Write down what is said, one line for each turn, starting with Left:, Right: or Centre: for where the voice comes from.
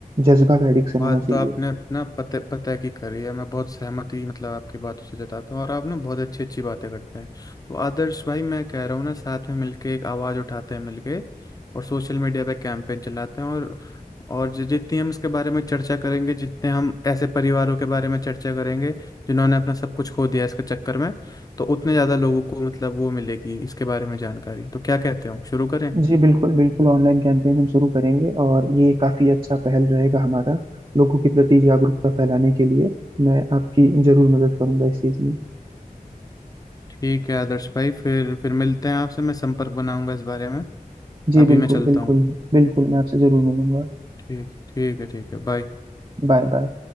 Right: जज्बा का एडिक्शन
Left: बात
Right: होना चाहिए
Left: तो आपने अपना पते पते की करी है मैं बहुत सहमति मतलब आपकी बातों से जताता हूँ और आप ना बहुत अच्छी अच्छी बातें करते हैं तो आदर्श भाई मैं कह रहा हूँ ना साथ में मिलके एक आवाज़ उठाते हैं मिलके और सोशल मीडिया पे कैंपेन चलाते हैं और और जि- जितनी हम इसके बारे में चर्चा करेंगे जितने हम ऐसे परिवारों के बारे में चर्चा करेंगे जिन्होंने अपना सब कुछ खो दिया इसके चक्कर में तो उतने ज़्यादा लोगों को मतलब वो मिलेगी इसके बारे में जानकारी तो क्या कहते हो शुरू करें
Right: जी बिल्कुल बिल्कुल ऑनलाइन कैंपेन हम शुरू करेंगे और ये काफी अच्छा पहल रहेगा हमारा लोगों के प्रति जागरूकता फैलाने के लिए मैं आपकी जरूर मदद करूंगा इस चीज में
Left: ठीक है आदर्श भाई फिर फिर मिलते हैं आपसे मैं संपर्क बनाऊंगा इस बारे में
Right: जी
Left: अभी
Right: बिल्कुल
Left: मैं चलता
Right: बिल्कुल
Left: हूँ
Right: बिल्कुल मैं आपसे जरूर मिलूंगा
Left: ठीक ठीक है ठीक है बाय
Right: Bye bye